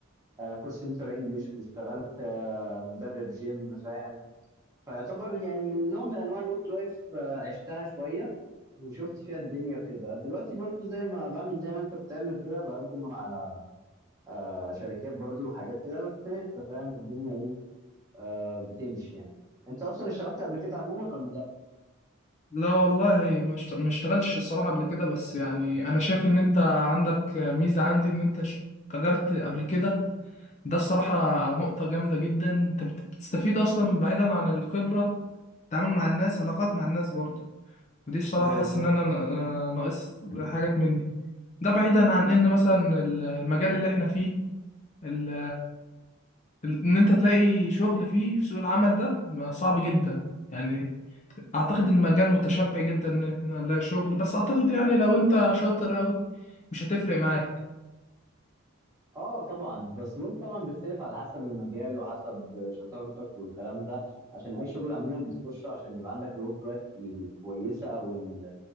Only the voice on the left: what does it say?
لا والله ما اشت- ما اشتغلتش الصراحة قبل كده بس يعني انا شايف ان انت عندك ميزة عندي ان انت اشتغلت قبل كده ده الصراحة نقطة جامدة جدا انت بت- بتستفيد اصلا بعيدا عن الخبرة التعامل مع الناس علاقات مع الناس برضه ودي الصراحة
حاسس إن أنا نا- ناقص حاجات مني ده بعيدا عن إن مثلا المجال اللي إحنا فيه ال- ال- إن أنت تلاقي شغل فيه في سوق العمل ده ما- صعب جدا يعني أعتقد المجال متشبع جدا إن إحنا نلاقي شغل بس أعتقد يعني لو أنت شاطر أوي مش هتفرق معاك